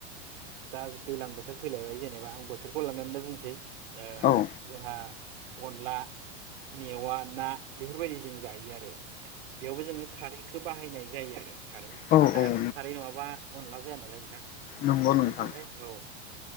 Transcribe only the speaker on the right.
दा दै्लां बोथोर फैलायबाय जेनेबा आं बोथोरखौ लनानै बुंसै ओ
जोंहा अनला मेवा ना बेफोरबायदि जों जायो आरो। बेयावबो जोङो खारैखौ बाहायनाय जायो आरो। खारै
अनलायाथ'
खारै नङाबा माबा जाया नालाय नोंथां।
बेखौहाय औ।